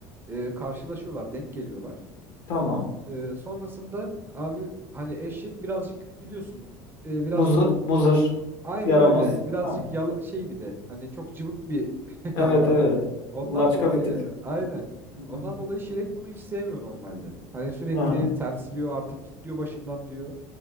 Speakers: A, on the right; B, on the left.
A: E, karşılaşıyorlar, denk geliyorlar.
B: Tamam.
A: E, sonrasında abi hani eşek birazcık biliyorsun e, biraz
B: Muzu, muzır,
A: a- aynen
B: yaramaz.
A: öyle. Birazcık
B: Ha.
A: yala, şey bir de hani çok cıvık bir <laughs>
B: Evet
A: hayvan.
B: evet.
A: Ondan
B: Laçka
A: dolayı
B: bir tip.
A: aynen.
B: Hı hı.
A: Ondan dolayı Şirek bunu hiç sevmiyor normalde. Hani sürekli
B: Aha,
A: tersliyor artık git diyor başımdan diyor